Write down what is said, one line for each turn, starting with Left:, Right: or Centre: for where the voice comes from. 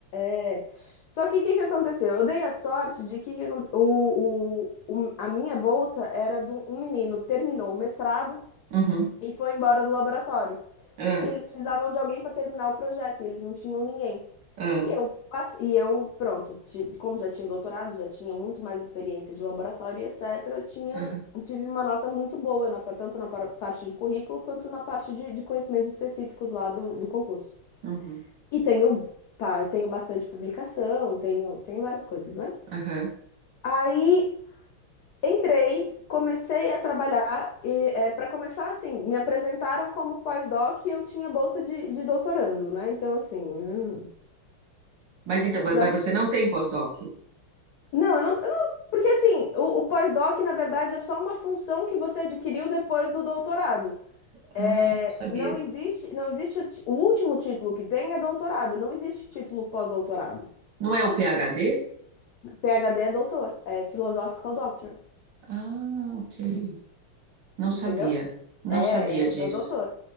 Left: É. Só que o que que aconteceu? Eu dei a sorte de que que aconte- o, o, o- a minha bolsa era de um um menino que terminou o mestrado
Right: Uhum.
Left: e foi embora do laboratório.
Right: Ah,
Left: E eles precisavam de alguém para terminar o projeto, e eles não tinham ninguém.
Right: ah,
Left: E eu, passe- e eu pronto, ti- como já tinha doutorado, já tinha muito mais experiência de laboratório, etc., tinha,
Right: aham,
Left: tive uma nota muito boa, na, tanto na par- parte de currículo quanto na parte de, de conhecimentos específicos lá do, do concurso.
Right: uhum,
Left: E tenho, pá, eu tenho bastante publicação, tenho, tenho várias coisas, né?
Right: aham.
Left: Aí entrei, comecei a trabalhar e é, para começar assim, me apresentaram como pós-doc e eu tinha bolsa de, de doutorando, né? Então assim, hum,
Right: Mas então,
Left: já
Right: mas você não tem pós-doc?
Left: não, eu não, eu não- porque assim, o, o pós-doc na verdade é só uma função que você adquiriu depois do doutorado.
Right: Ah,
Left: É,
Right: não sabia.
Left: não existe, não existe o ti- o último título que tem é doutorado, não existe título pós-doutorado.
Right: Não é o PhD?
Left: PhD é doutor, é philosophical doctor.
Right: Ah, ok. Não sabia.
Left: Entendeu?
Right: Não
Left: É,
Right: sabia
Left: é,
Right: disso.
Left: é o doutor.